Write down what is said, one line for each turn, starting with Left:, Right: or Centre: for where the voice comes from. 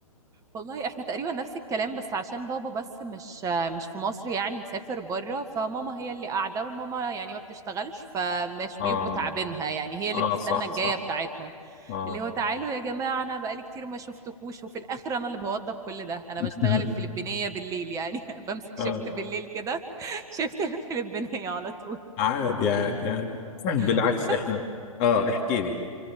Right: والله احنا تقريبا نفس الكلام بس عشان بابا بس مش مش في مصر يعني مسافر بره فماما هي اللي قاعده وماما يعني ما بتشتغلش فمش
Left: اه
Right: بيبقوا تعبينها يعني هي اللي
Left: اه
Right: بتستنى
Left: صح
Right: الجايه
Left: صح
Right: بتاعتهم
Left: اه
Right: اللي هو تعالوا يا جماعه انا بقالي كتير ما شفتكوش وفي الاخر انا اللي بوضب كل ده انا
Left: <laughs>
Right: بشتغل الفلبينيه بالليل يعني <laughs> بمسك
Left: اه
Right: شفت بالليل كده <laughs> شفت الفلبينيه على طول
Left: عادي عادي عادي <clears throat> بالعكس
Right: <laughs>
Left: احنا اه احكي لي